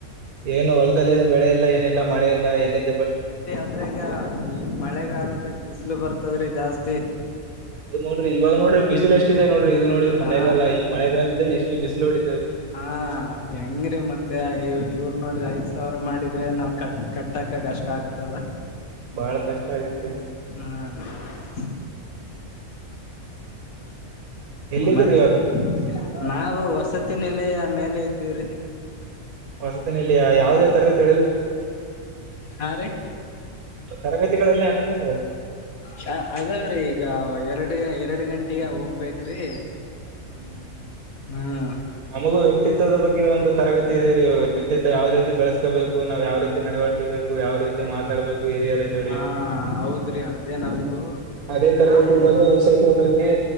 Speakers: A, on the right (about 85°); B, on the left (about 75°).
A: ಏನು ಹೊಲದಲ್ಲಿ ಏನು ಬೆಳೆ ಇಲ್ಲ ಏನಿಲ್ಲ ಮಳೆ ಇಲ್ಲ ಎನಿಲ್
B: ಆದ್ರೆ ಈಗ ಈ ಮಳೆಗಾಲದಾಗ ಬಿಸಿಲು ಬರ್ತದ್ರಿ ಜಾಸ್ತಿ
A: ಹೌದ ನೋಡ್ರಿ ಇವಗ್ ನೋಡ್ರಿ ಬಿಸಲ್ ಏಷ್ಟ ಇದೆ ನೋಡ್ರಿ ಇದು ನೋಡಿದ್ರ
B: ಹಾ
A: ಮಳೆಗಾಲ ಈ ಮಳೆಗಾಲದಲ್ಲಿಷ್ಟ ಬಿಸಿಲ ಹೊಡ್
B: ಹ ಹೆಂಗ್ರೀ ಮತ್ತೆ ಇವ್ರ ಇವ್ರ ನೋಡಿದ್ರ ಐದ್ ಸಾವ್ರ ಮಾಡಿದ್ರೆ ನಾವ ಕಟ್ ಕಟ್ಟಕ ಕಷ್ಟ ಆಗ್ತದ
A: ಬಾಳ ಕಷ್ಟ ಆಗತ್ರಿ
B: ಹ
A: ಎಲ್ಲಿದ್ರಿ
B: ಮತ್ತೆ
A: ಇವಾಗ
B: ನಾವು ವಸತಿನ ಮೇಲೆ ಇದ್ದೀವ್ರಿ.
A: ವಸತಿನಿಲಯ ಯಾವ ಅದೇ ತರಗತಿ
B: ಹಾ ರೀ
A: ತರಗತಿಗಳು ಇಲ್ಲ ಏನ್ರಿ ನಿಮಗ.
B: ಹ ಅದಾವ್ರೀ ಈಗ ಎರಡು ಎರಡು ಗಂಟೆಗೆ ಹೋಗ್ಬೇಕ್ರಿ
A: ಹ್ಮ್
B: ಹ್ಮ್
A: ನಮಗೂ ವ್ಯಕ್ತಿತ್ವದ ಬಗ್ಗೆ ಒಂದು ತರಗತಿ ಇದೆರೀ ವ್ಯಕ್ತಿತ್ವ ಯಾವ ರೀತಿ ಬೆಳೆಸಬೇಕು ಬೇಕು ನಾವು ಯಾವ ರೀತಿ ನಡವಳಿಕೆಬೇಕು ಯಾವ ರೀತಿ ಮಾತಾಡಬೇಕು ಹಿರಿಯ ಜೋಡಿ
B: ಹಾ ಹೌದ್ರಿ ಅದೇ ನಮಗೂ
A: ಅದೇ ತರಗತಿ ವಿಶೇಷ ಬಗ್ಗೆ